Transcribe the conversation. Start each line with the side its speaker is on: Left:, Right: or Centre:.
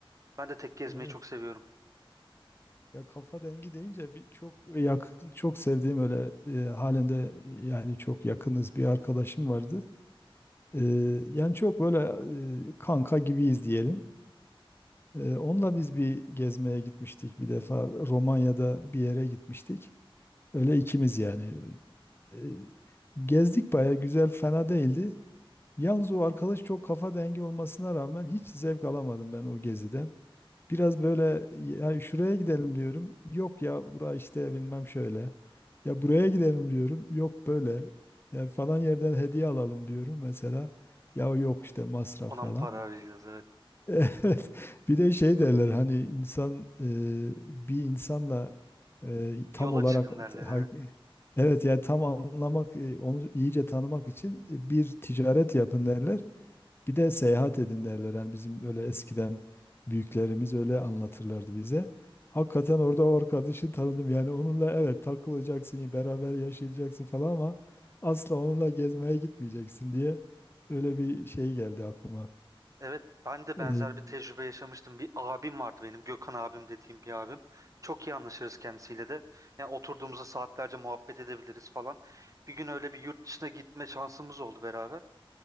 Right: Ben de tek gezmeyi
Left: Evet.
Right: çok seviyorum.
Left: Ya kafa dengi deyince bir çok yakın, çok sevdiğim öyle e, halen de yani çok yakınız bir arkadaşım vardı. Ee, yani çok böyle e, kanka gibiyiz diyelim. Ee, onunla biz bir gezmeye gitmiştik bir defa Romanya'da bir yere gitmiştik. Öyle ikimiz yani. Ee, gezdik baya güzel fena değildi. Yalnız o arkadaş çok kafa dengi olmasına rağmen hiç zevk alamadım ben o geziden. Biraz böyle ya şuraya gidelim diyorum. Yok ya bura işte bilmem şöyle. Ya buraya gidelim diyorum. Yok böyle. Ya falan yerden hediye alalım diyorum mesela. Ya yok işte masraf
Right: Ona
Left: falan.
Right: mı para arayacağız? Evet.
Left: <laughs> Evet. Bir de şey derler hani insan e, bir insanla e, tam
Right: Yola
Left: olarak
Right: çıkın derler.
Left: ha-
Right: Evet.
Left: evet yani tam anlamak e, onu iyice tanımak için e, bir ticaret yapın derler. Bir de seyahat edin derler. Yani bizim öyle eskiden büyüklerimiz öyle anlatırlardı bize. Hakikaten orada o arkadaşı tanıdım. Yani onunla evet takılacaksın, beraber yaşayacaksın falan ama asla onunla gezmeye gitmeyeceksin diye öyle bir şey geldi aklıma.
Right: Evet, ben de
Left: Ee,
Right: benzer bir tecrübe yaşamıştım. Bir abim vardı benim, Gökhan abim dediğim bir abim. Çok iyi anlaşırız kendisiyle de. Yani oturduğumuzda saatlerce muhabbet edebiliriz falan. Bir gün öyle bir yurt dışına gitme şansımız oldu beraber.